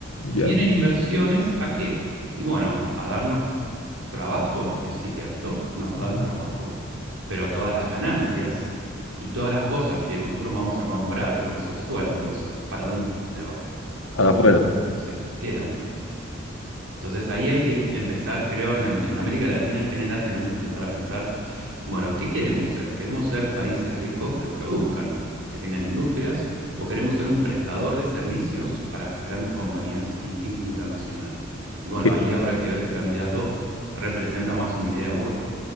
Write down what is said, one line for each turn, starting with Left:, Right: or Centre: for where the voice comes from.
Left: ya,
Right: Y vienen inversiones ¿a qué? Y bueno, a darnos trabajo, es cierto, nos
Left: ujú.
Right: dan trabajo, pero todas las ganancias y todas las cosas que nosotros vamos a comprar con esos sueldos, ¿para dónde va? Para
Left: Para
Right: afuera,
Left: afuera.
Right: no se queda en el país. Entonces ahí hay que empezar, creo, en, en América Latina en general tenemos que empezar a pensar bueno, ¿qué queremos ser? ¿Queremos ser países ricos que produzcan, que tengan industrias, o queremos ser un prestador de servicios para las grandes compañías in- in- internacionales? Y bueno,
Left: ¿Qué?
Right: ahí habrá que ver qué candidato representa más una idea u otra.